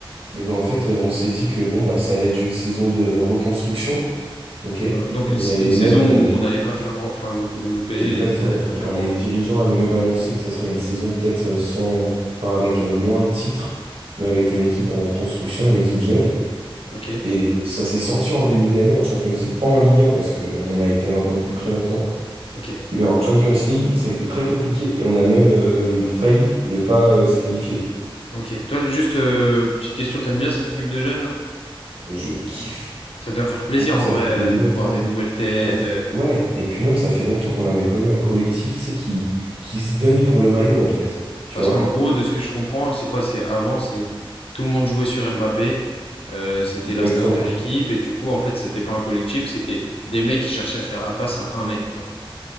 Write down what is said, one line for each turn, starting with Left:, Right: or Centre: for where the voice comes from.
Right: et ben en fait, euh, on s'est dit que bon, bah, ça allait être une saison de reconstruction. OK?
Left: Euh, Donc
Right: On
Left: une, sa-
Right: allait
Left: une saison
Right: même.
Left: où
Right: euh,
Left: on n'allait pas faire grand, enfin où, où le PSG
Right: exactement.
Left: n'allait pas faire
Right: Genre,
Left: grand-chose.
Right: les dirigeants avaient même annoncé que ça serait une saison peut-être euh, sans. Enfin, avec euh, moins de titres, mais avec une équipe en construction, une équipe jeune.
Left: Ok,
Right: Et ça s'est senti en début d'année en Champions League, pas en Ligue 1, parce qu'on a été invaincu très longtemps.
Left: ok.
Right: Mais en Champions League, ça a été très compliqué et on a même euh, failli ne pas euh, se qualifier.
Left: Ok. Toi, juste euh, petite question, t'aimes bien cette équipe de jeunes là?
Right: Je kiffe.
Left: Ça doit faire plaisir
Right: Parce que
Left: en
Right: Ça
Left: vrai
Right: fait
Left: euh,
Right: longtemps.
Left: de voir des nouvelles têtes.
Right: ça fait-
Left: euh,
Right: Ouais, et puis même, ça fait longtemps qu'on n'avait pas eu un collectif, tu sais, qui, qui se donne pour le maillot, en fait. Tu
Left: parce
Right: vois?
Left: qu'en gros, de ce que je comprends, c'est quoi? C'est avant, c'est tout le monde jouait sur Mbappé. euh, c'était
Right: Exactement.
Left: la star de l'équipe et du coup, en fait, c'était pas un collectif, c'était des mecs qui cherchaient à faire la passe à un mec quoi.